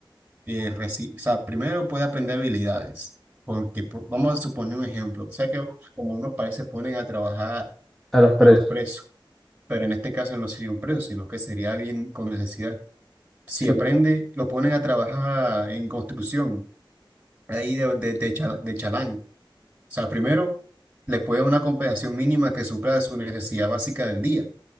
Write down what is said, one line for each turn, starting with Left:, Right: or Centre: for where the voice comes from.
Right: que reci- o sea, primero puede aprender habilidades, porque po- vamos a suponer un ejemplo. O sea, que como unos países ponen a trabajar
Centre: A los presos.
Right: a los presos, pero en este caso no sería un preso, sino que sería alguien con necesidad. Si
Centre: Sí,
Right: aprende, lo ponen a trabajar en construcción, ahí de, de de chala- de chalán sea, primero, le puede dar una compensación mínima que supla su necesidad básica del día.